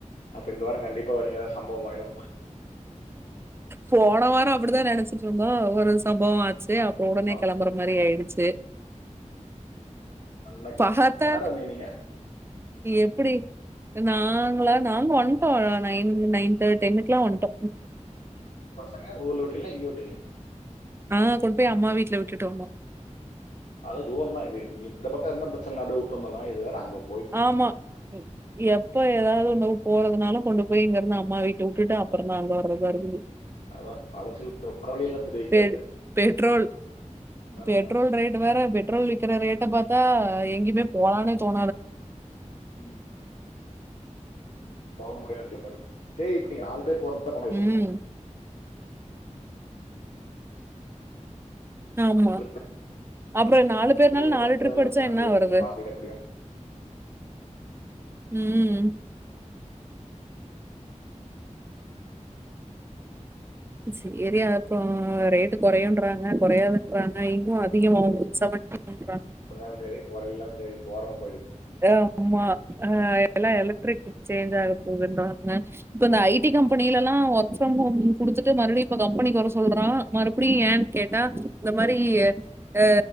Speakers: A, on the left; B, on the right.
A: அப்போ இந்த வாரம் கண்டிப்பா வரீங்க ஏதாது சம்பவம் ஆயிடு
B: போன வாரோ அப்பிடிதா நெனச்சிட்டு இருந்தோ ஒரு சம்பவோ ஆச்சி அப்புறோ உடனே
A: ஆமாம்
B: கெளம்புற மாரி ஆயிடுச்சு
A: அன்னைக்கு
B: பாத்தா
A: என்ன நேரம் வந்தீங்க நீங்கள்
B: எப்புடி நாங்களா நாங்க வன்ட்டோ நைன்- நைன் தர்ட்- டென்னுகுல்லொ வன்ட்டோ
A: பசங்க ஊர்ல வுட்டீங்களா இங்க வுட்டீங்களா
B: ஆ கொண்ட் போய் அம்மா வீட்டுல விட்டுட்டு வந்தோ
A: அது தூர தா இது இங் இந்த பக்க இருந்தா ப்ரச்சன இல்ல அப்புடியே வுட்டு வந்தர்லா இது வேற அங்கப்
B: ஆமா எப்ப ஏதாவது ஒண்ணுவுப் போறது னால கொண்டு போயி இங்கிருந்து அம்மா வீட்ட வுட்டுட்டு அம் அப்புறந்தா அங்க வரதா இருக்குது
A: அதா அலச்சல் வர வழியெல்லா தெரிவிக்காது
B: பெ பெட்ரோல்
A: அஹ்
B: பெட்ரோல்
A: அஹ்
B: ரேட்டு வேற பெட் பெட்ரோல் விக்கிற ரேட்ட பாத்தா எங்கியுமே போலானே தோண்
A: ம் போவ் முடியு செரி இப்ப நீங்க நாலு பேர் போண் பண்ணி பேசிக்கணு
B: ம். ஆமா
A: நாலு
B: அப்புறோ நாலு பேர்னால
A: பேருக்கு எல்லாம்
B: நாலு
A: பண்ண
B: டரிப் அடிச்சா
A: தேவையில்ல
B: என்னா வருது
A: ப்ராஃபிட் எப்படியும்
B: ம் சேரி அப்புறோ ரேட்டு குறையுன்றாங்க குறையாதுன்றாங்க இன்னு அதிகமாகு <unintelligible>
A: வந்தாலு சேரி வர்லனாலு சேரி போறோம்
B: ஆ ஆமா ஆ எல்லா எலக்ட்ரிக் சேஞ்ச் ஆக ஒவ்வொன்றாக இப்ப இந்த ஐட்டி கம்பெனிலல்லா ஒர்க் ஃப்ரம் ஹோம் குடுத்துட்டு மறுபடியு கம்பெனிக்கு வர சொல்றா மறுபடியு ஏ கேட்டா இந்த மாரி ஆ